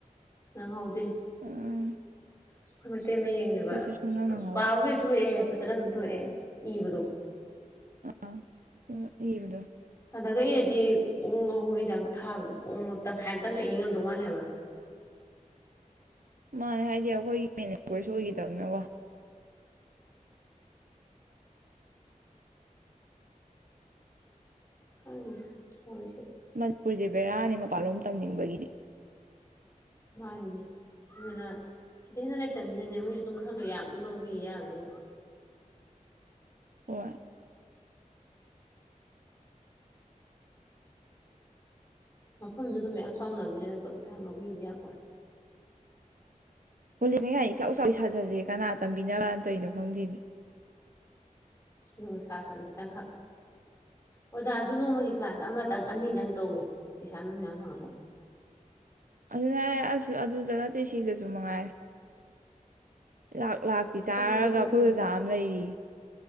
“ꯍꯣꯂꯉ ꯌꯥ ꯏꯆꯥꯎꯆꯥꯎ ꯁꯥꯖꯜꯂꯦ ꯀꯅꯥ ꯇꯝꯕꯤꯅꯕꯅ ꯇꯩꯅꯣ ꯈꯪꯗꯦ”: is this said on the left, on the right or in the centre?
Right